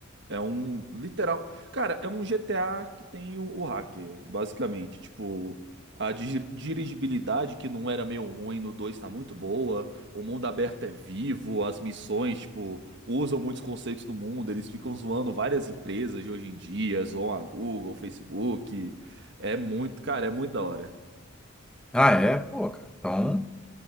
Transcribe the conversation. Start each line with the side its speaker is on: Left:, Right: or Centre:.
Right: É um literal. Cara, é um GTA que tem o, o hacker, basicamente. Tipo, a digi- dirigibilidade, que não era meio ruim no dois tá muito boa. O mundo aberto é vivo, as missões, tipo, usam muitos conceitos do mundo. Eles ficam zoando várias empresas de hoje em dia, zoam a Google, Facebook. É muito, cara, é muito da hora.
Centre: Ah, é? Pô, cara. Então